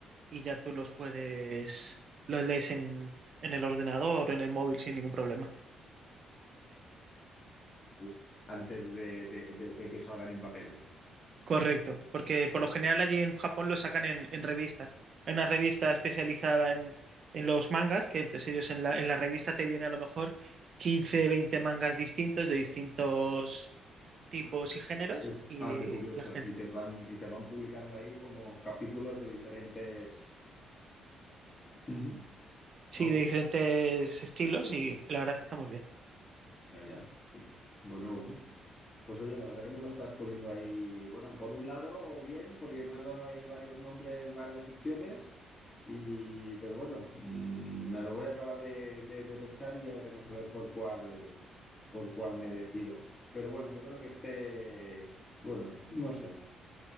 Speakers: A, on the right; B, on the left.
A: y ya tú los puedes, los lees en, en el ordenador o en el móvil sin ningún problema.
B: Sí. Antes de, de- de- de que salgan en papel.
A: Correcto, porque
B: Sí,
A: por lo general
B: sí.
A: allí en Japón lo sacan en, en revistas. Hay una revista especializada en, en los mangas, que entonces ellos en la, en la revista te viene a lo mejor 15 20 mangas distintos de distintos tipos
B: Ah,
A: y géneros
B: qué,
A: y
B: ah, qué curioso.
A: la gente,
B: Y te van, y te van publicando ahí como capítulos de diferentes. Ujú.
A: sí,
B: Ah,
A: de
B: pues
A: diferentes estilos y la verdad que está muy bien.
B: Ya, ya. <laughs> Bueno, bueno. Pues oye, la verdad que me lo estás poniendo ahí, bueno, por un lado bien, porque me has dado ahí varios nombres, varias opciones, y, pero bueno, mm, me lo voy a acabar de, de- de pensar y ya veremos a ver por cuál, por cuál me decido. Pero bueno, yo creo que este, bueno, no sé.